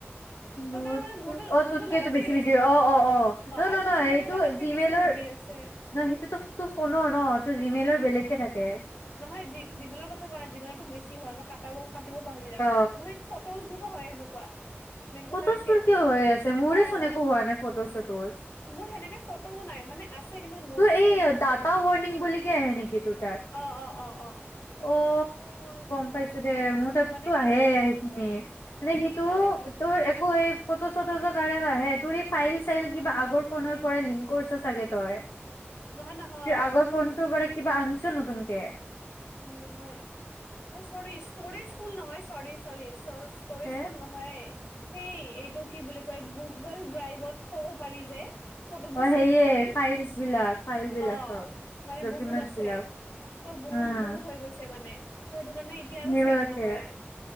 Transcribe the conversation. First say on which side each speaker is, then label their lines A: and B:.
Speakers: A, on the left (about 70°); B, on the left (about 85°).
A: ত
B: মোৰতো
A: তাৰ মানে
B: অ',
A: মোৰতো
B: তোকেটো
A: লাগাতকে
B: বেছি বিজি অ', অ', অ', নহ,
A: আৰু
B: নহ
A: মোৰ মানে
B: এইটো
A: লাগাতকে
B: জিমেইলৰ
A: বেছি জিবি আছে
B: নহ, সেইটোতোটো ফোনৰ ন? ত জিমেইলৰ বেলেগকে থাক কে
A: নহয় জী, জীমেইলৰ কথা কোৱা নাই জী মেইলটো বেছি হয়, মই কাটাব কাটিব পাহৰি যাওঁ,
B: অ
A: মোৰ ফটোজ বোৰতো হয়, হেনো কোৱা মেইন
B: ফটোজবোৰ
A: কথা হৈছে এইটো।
B: কিয় হৈ আছে মোৰে
A: অ',
B: চোন একো হোৱা নাই ফটোজ চটোজ
A: মোৰ সেনেকে ফটোও নাই মানে আছে কিন্তু নোটছ
B: তোৰ এই
A: সেইবোৰ আছে
B: ডাটা ৱাৰ্নিং বুলি কি আহে নেকি তোৰ তাত?
A: অ'-অ'-অ'-অ'।
B: অ', গম পাইছোঁ। দে! মোৰ তাতটো
A: মানে কি
B: আহেই
A: হয়
B: এইখিনি। <unintelligible> নে সিটো
A: মানে কি
B: তোৰ একোৱেই ফটো-চটো <unintelligible> কাৰণে নাহে। তোৰ এই ফাইল-চাইল কিবা আগৰ ফোনৰ পৰাই লিংক কৰিছ চাগে তই। <unintelligible>
A: নহয় নহয়
B: আগৰ ফোনটোৰ পৰা কিবা আ <unintelligible> নতুনকে
A: উম, নহয়! অ' ছ'ৰি ষ্ট'ৰেজ ফুল নহয়, ছ'ৰি-ছ'ৰি। ষ্ট'ৰেজ
B: তে
A: ফুল নহ'য়েই <unintelligible> সেই এইটো কি বুলি কয়! গুগল ড্ৰাইভত থব পাৰি যে। ফটোবোৰ
B: অ',
A: ছেভ
B: সেয়ে
A: কৰি
B: ফাইলচ বিলাক। ফাইল বিলাক
A: অ'
B: চব
A: মানে
B: ডকুমেন্টচ
A: বহুত আছে।
B: বিলাক
A: ত' বহুত-বহুত
B: উম
A: হৈ গৈছে মানে। ত' সেইটো কাৰণে এতিয়া আৰু
B: সেইবিলাকে
A: ছেভ নহয়।